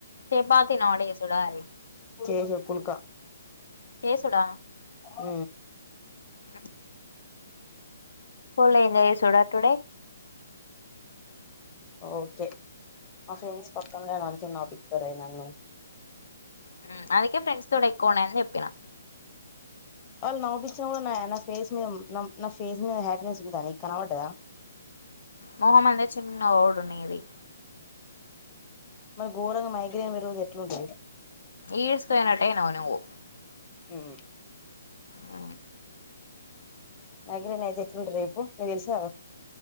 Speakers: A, on the left (about 80°); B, on the left (about 20°).
A: చపాతి నోడి డాలి <unintelligible>
B: చేశా పుల్క
A: చేసుడా
B: ఆ
A: ఆ పోలే ఎంజయ్సుడా టుడే
B: ఓకే ఆ ఫ్రెండ్స్ పక్కన్ <unintelligible> నన్ను
A: హ్మ్ అందుకే ఫ్రెండ్స్ తోడ్ ఎక్కువ ఉండని చెప్పినా.
B: వాళ్ళు నౌపించిన కూడా నా నా ఫేస్ మీద నా నా ఫేస్ మీద హ్యాపీనెస్ ఉంద నీ కనవ్వడ్డదా.
A: మొహమన్టె చిన్న ఓర్డ్ నీది
B: మరి ఘోరంగ మైగ్రైన్ పెరుగ్దే ఎట్లుంటది.
A: ఈడుస్కుపోయినట్టేనావ్ నువ్వు
B: మ్మ్
A: మ్మ్.
B: మైగ్రేన్ అయితే ఎట్లుంటారు చెప్పు. నీకు తెలుసాగా